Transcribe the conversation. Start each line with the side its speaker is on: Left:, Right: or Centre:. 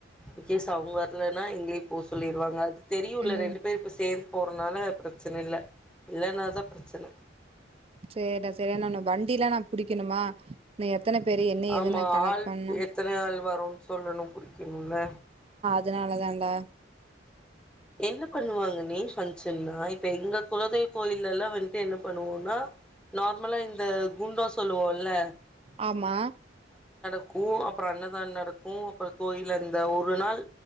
Centre: இன்கேஸ் அவுங்க வர்லன்னா எங்களயே போ சொல்லிருவாங்க அது தெரியு இல்ல
Right: ம்
Centre: ரெண்டு பேர் இப்ப சேந் போறனால பிரச்சன இல்ல இல்லேன்னாதா பிரச்சன
Right: சேரிடா சேரி நானு வண்டிலா நா புடிக்கணுமா நீ எத்தன பேரு என்ன
Centre: ஆமா
Right: ஏதுன்னு நா கணக்கு
Centre: ஆள்
Right: பண்ணு
Centre: எத்தன ஆள் வரு சொல்லணு புடிக்கணுல்ல
Right: அதனாலதாண்டா
Centre: என்ன பண்ணுவாங்க மெய்ன் ஃபங்ஷன்னா இ ப்ப எங்க குலதெய் கோயில்லல்லா வந்துட்டு என்ன பண்ணுவோன்னா நார்மலா இந்த குண்டோ சொல்லுவோல்ல
Right: ஆமா
Centre: க்கு அப்புறோ அன்னதான நடக்கு அப்புற கோயில்ல அந்த ஒரு நாள்